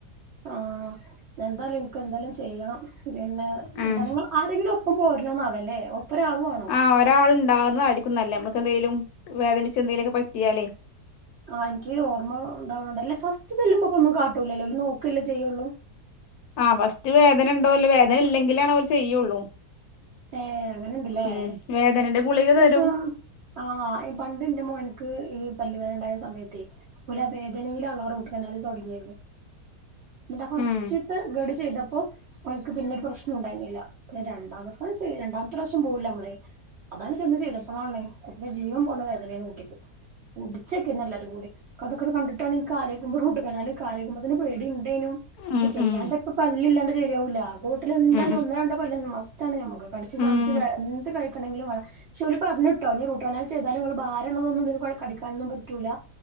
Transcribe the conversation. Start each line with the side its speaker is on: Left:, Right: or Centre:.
Right: ആഹ് എന്തായാലും എനിക്ക് എന്തായാലും ചെയ്യണം പിന്നെ
Left: ഉം
Right: എന്താണിങ്കോ ആരെങ്കിലും ഒപ്പം പോരോണന്നാവല്ലേ ഒപ്പനെ ആള് വേണോ?
Left: ആഹ് ഒരാള് ഇണ്ടാവുന്നതായിരിക്കും നല്ലേ നമുക്കെന്തേലും വേദനിച്ച് എന്തേലൊക്കെ പറ്റിയാലേ.
Right: ആഹ് എനിക്ക് ഓർമ്മ ഉണ്ടാവണണ്ട് അല്ലേ ഫസ്റ്റ് ചെല്ലുമ്പൊക്കൊന്നും കാട്ടൂലല്ലേ ഓല് നോക്കല്ലേ ചെയ്യുള്ളൂ.
Left: ആഹ് ഫസ്റ്റ് വേദന ഇണ്ടോ ഇല്ലോ വേദന ഇല്ലെങ്കിലാണ് ഓല് ചെയ്യുള്ളൂ.
Right: ഏഹ് അങ്ങനെയുണ്ടല്ലേ
Left: ഉം വേദനന്റെ ഗുളിക
Right: പക്ഷെ
Left: തരും.
Right: ആഹ് പണ്ടിന്റെ മോന്ക്ക് ഈ പല്ലു വേദന ഇണ്ടായ സമയത്തേ ഓലാ വേദനയിലാണ് റൂട്ട് കനാല് തൊടങ്ങിയത്. എന്നിട്ടാ ഫസ്റ്റിത്ത
Left: ഉം
Right: ഗഡു ചെയ്തപ്പം ഓന്ക്ക് പിന്നൊരു പ്രശ്നം ഉണ്ടായിരുന്നില്ല പിന്നെ രണ്ടാമത്തെ ചെയ് രണ്ടാമത്തെ പ്രാവശ്യം പോവില്ലേ നമ്മള് അതാണ് ചെന്ന് ചെയ്തപ്പോഴാണ് കുട്ടിനെ ജീവൻ പോണ വേദനയ്നു കുട്ടിക്ക് പുടിച്ചേക്കന്നേ എല്ലാരും കൂടി. അതൊക്കെ കണ്ടിട്ടാണ് എനിക്ക് അലോയിക്കുമ്പോ റൂട്ട് കനാലിൽ കാലേക്കുമ്പോത്തേന് പേടി ഉണ്ടേനു പക്ഷെ
Left: ഉം
Right: ചെയ്യാണ്ട്പ്പ
Left: ഉം
Right: പല്ലില്ലാണ്ട് ശരിയാവൂല്ല കോട്ടിലെന്തായാലും
Left: ഉം
Right: ഒന്നോ രണ്ടോ പല്ല് മസ്റ്റാണ് ഞമ്മക്ക്. കടിച്ചു
Left: ഉം
Right: സമ്ച്ച് എന്ത് കാ ക്കാണെങ്കില് വേണം പക്ഷെ ഓല് പറഞ്ഞിട്ടോ ഇനി റൂട്ട് കനാല് ചെയ്താലും നിങ്ങള് ഭാരള്ളതൊന്നും <unintelligible> ഒരുപാട് കടിക്കാനൊന്നും പറ്റൂല്ല.